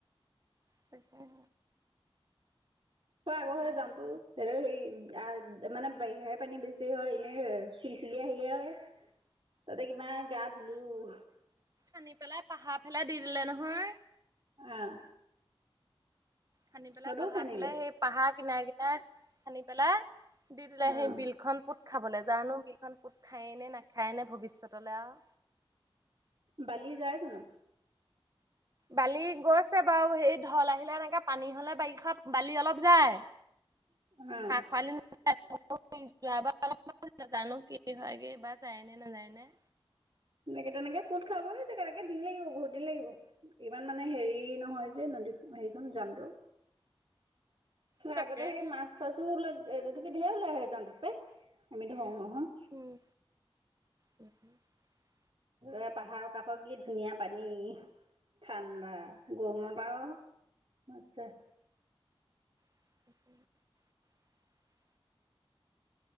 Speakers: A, on the right (about 40°); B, on the right (about 60°).
A: তাকেহে।
B: তাৰ
A: এতিয়া
B: আগৰ সেই গানটো,
A: আকৌ
B: <unintelligible> হেৰি গাৰ তাত মানে বাৰিষা পানী বেছি হয়। এনেই অ'- চিলচিলিয়া সেইয়া। তাতে কিমান গা ধুলোঁ।
A: আানি পেলাই পাহাৰফালে দি দিলে নহয়।
B: অ
A: খান্দি পেলাই
B: সেইটোও
A: পাহাৰফালে,
B: খান্দিলে
A: সেই পাহাৰ কিনাৰ - কিনাৰ খান্দি পেলাই দি দিলে
B: অ
A: সেই বিলখন পোত খাবলৈ। জানো? সেইখন পোত খায়েই নে নাখায় নে ভৱিষ্যতলৈ আৰু।
B: বালি যায় জানো?
A: বালি গৈছে বাৰু। সেই ঢল আহিলে এনেকে পানী হ'লে বাৰিষা বালি অলপ যায়।
B: অ'।
A: খা খৰালি <unintelligible> যোৱাবাৰ অলপমান নাজানো কি হয়গে এইবাৰ যায়নে নাযায়নে।
B: এনেকে তেনেকে পোত খাবই তেনেকে দিন লাগিব বহুত, দিন লাগিব। ইমান মানে হেৰি নহয় যে নদী- হেৰিখন জানটো।
A: তাকেহে
B: আগতে সেই মাছ-চাছোবিলাক ঢে- এটো কি, ঢেৰ ওলাই আহে জানটোৰ পৰাই। আমি ধৰোঁ নহয়।
A: উম <inaudible>
B: এ পাহাৰৰ কাষৰ কি ধুনীয়া পানী। ঠাণ্ডা, গৰমত আও মজ্জা।
A: <unintelligible>